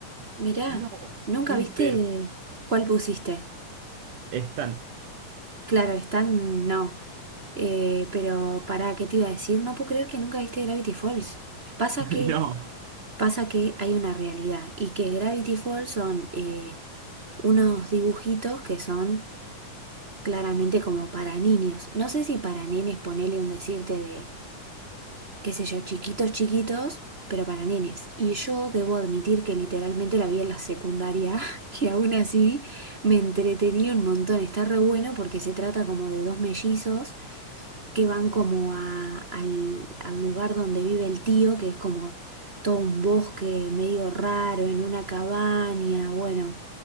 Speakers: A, on the right; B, on the right.
A: Mirá,
B: No,
A: ¿nunca
B: Dipper,
A: viste cuál pusiste?
B: están.
A: Claro, están, no. Eh, pero para ¿qué te iba a decir? No puedo creer que nunca viste Gravity Falls. Pasa
B: <laughs>
A: que,
B: No.
A: pasa que hay una realidad y que Gravity Falls son eh, unos dibujitos que son claramente como para niños. No sé si para nenes, ponele un decirte de qué sé yo, chiquitos, chiquitos, pero para nenes. Y yo debo admitir que literalmente la vi en la secundaria <laughs> y aún así me entretenía un montón. Está re bueno porque se trata como de dos mellizos que van como a- al, al lugar donde vive el tío, que es como todo un bosque medio raro, en una cabaña, bueno.